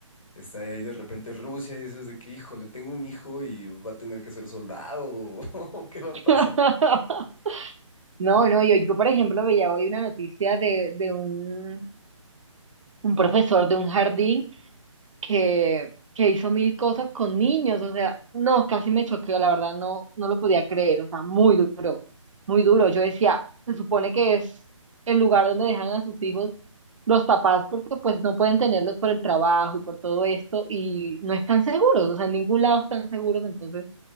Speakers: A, on the left; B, on the right.
A: está ahí de repente Rusia y dices de que, híjole, tengo un hijo y va a tener que ser soldado <laughs> o qué va
B: <laughs>
A: a pasar.
B: No, no, yo, yo por ejemplo veía hoy una noticia de, de un, un profesor de un jardín que, que hizo mil cosas con niños, o sea, no, casi me choqueó, la verdad, no, no lo podía creer, o sea, muy duro, muy duro. Yo decía, se supone que es el lugar donde dejan a sus hijos los papás porque pues no pueden tenerlos por el trabajo y por todo esto y no están seguros, o sea, en ningún lado están seguros, entonces